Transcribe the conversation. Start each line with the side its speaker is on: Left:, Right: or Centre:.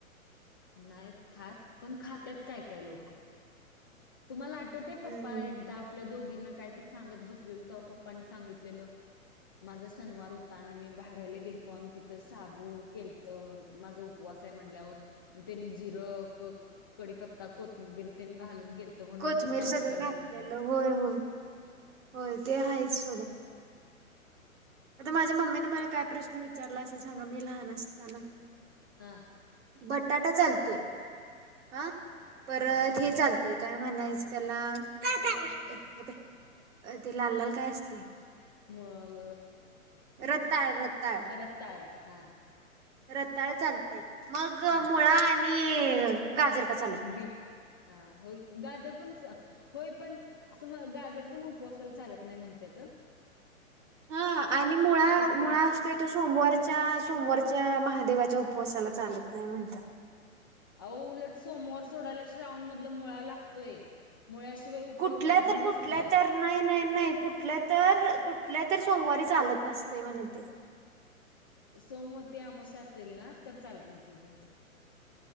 Left: नाहीत खात, पण खात्यात काय काय लोक. तुम्हाला आठवतय पप्पा
Right: हम्म
Left: एकदा आपल्या दोघींना कायतरी सांगत बसलेलं, तवा पप्पानी सांगितलेलं. माझा शनिवार होता आणि मी भाड्याला गेलतो आणि तिथं शाबू केलत माझा उपवास हाय म्हणल्यावर, मग त्यांनी जिर कक कडीपत्ता, कोथिंबीर तेन घालून केलत म्हणून
Right: कोथमिर
Left: मी शाबू
Right: सगळं
Left: खाल्लं
Right: घातल्यालं,
Left: नाही
Right: होय होय होय ते हायच सोडा. आता माझ्या मम्मीने मला काय प्रश्न विचारला असेल सांगा मी लहान असताना?
Left: हां.
Right: बटाटा चालतोय, हा परत
Left: हा
Right: हे चाल तय ते काय म्हणायचं त्याला, ते लाल लाल काय असतय?
Left: मग
Right: रताळ रताळ
Left: अ रताळ हा.
Right: रताळ चालतय, मग
Left: हा
Right: मुळा आणि गाजर का चालत नाही
Left: बीट हा होय, गाजर पण होय पण आसं मग, गाजर पण उपवासाला चालत नाही म्हणत्यात.
Right: हा आणि मुळा
Left: का बरं
Right: मुळा आस ते तर सोमवारच्या सोमवारच्या महादेवाच्या उपवासाला चालत नाही म्हणतात.
Left: आओ उलट सोमवार सोडायला श्रावण मधलं मुळा लागतोय. मुळ्याशिवाय उपवास
Right: कुठल्या
Left: धार्जिन
Right: तर कुठल्या
Left: नसतोय.
Right: तर नाही नाही नाही कुठल्या तर, कुठल्या तर सोमवारी चालत नसतय म्हण ते.
Left: सोमवती अमावस्या असेल ना, तर चालत नसेल बहुतेक.